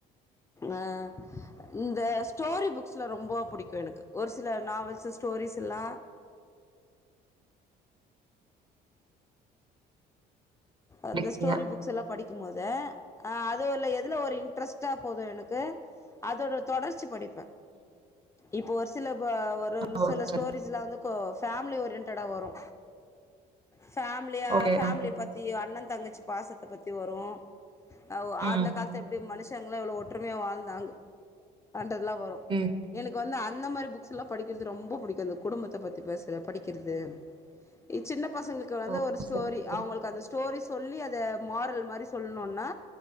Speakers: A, on the left; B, on the right.
A: ஆ இந்த ஸ்டோரி புக்ஸ்லா ரொம்போ புடிக்கூ எனக்கு ஒரு சில நாவல்ஸ் ஸ்டோரிஸ் எல்லா அந்த
B: படிப்பீங்க
A: ஸ்டோரி புக்ஸ் எல்லா படி க்கும் போது அ அதுவு இல்ல எத் இதுல ஒரு இன்ட்ரஸ்ட்டா போதும் எனக் க அதோட தொடர்ச்சி படிப் ப இப்ப ஒரு சில ப ஒரு வந்து
B: ஓ
A: சில
B: சரி
A: ஸ்டோரேஜ்லா வந்து கோ ஃபேமிலி ஓரியன்டடா வரூ ஃபேமிலியா
B: ஓகே
A: ஃபேமிலி
B: ஆ,
A: பத்தி அண்ண தங்கச்சி பாசத்த பத்தி வரூ அவ்
B: ம்
A: அந்த கால்த்து எப்டி மனுஷ் டங்ள எவ்ளோ ஒற்றுமையா வாழ்ந்தாங்க அன்டற் ல்லா வரு
B: ம்
A: எனக்கு வந்து அந்த மாரி புக்ஸ்ல்லா படிக்கிறது ரொம்போ புடிக்கும் இந்த குடும்பத்த பத்தி பேசுற படிக்கிறது இ சின்ன பசங்களுக்கு வந்து
B: ஓ
A: ஒரு ஸ்டோரி
B: சரி சரி
A: அவங்களுக்கு அந்த ஸ்டோரிஸ் சொல்லி அத மாறல் மாரி சொல்ணோன்னா